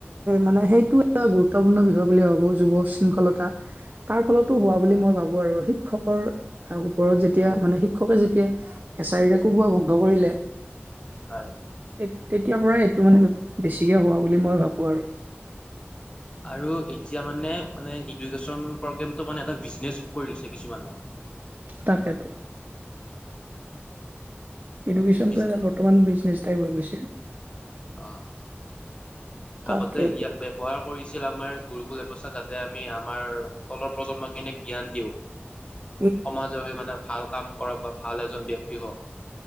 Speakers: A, on the right; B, on the left.
A: মানে সেইটো এটা গুৰুত্বপূৰ্ণ বিষয় বুলি ভাবোঁ যুৱ শৃংখলতা তাৰ ফলতো হোৱা বুলি মই ভাবো আৰু শিক্ষকৰ ওপৰত যেতিয়া মানে শিক্ষকে যেতিয়া এছাৰীৰে কোবোৱা বন্ধ কৰিলে
B: হয়।
A: তে তেতিয়াৰ পৰাই এইটো মানে বেছিকে হোৱা বুলি মই ভাবো আৰু।
B: আৰু এতিয়া মানে মানে এডুকেশ্বন প্ৰগ্ৰেম মানে এটা বিজনেচ কৰি দিছে কিছুমানে।
A: তাকেতো। এডুকেশ্যনটো
B: বিজনে
A: এ বৰ্তমান বিজনেচ টাইপ হৈ গৈছে।
B: অ
A: তাকেতো
B: আগতে ইয়াক ব্যৱহাৰ কৰিছিল আমাৰ গুৰুকুল ব্যৱস্থা যাতে আমি আমাৰ তলৰ প্ৰজন্মখিনিক জ্ঞান দিওঁ।
A: অ
B: সমাজৰ সেই মানে ভাল কাম কৰক বা ভাল এজন ব্যক্তি হওঁক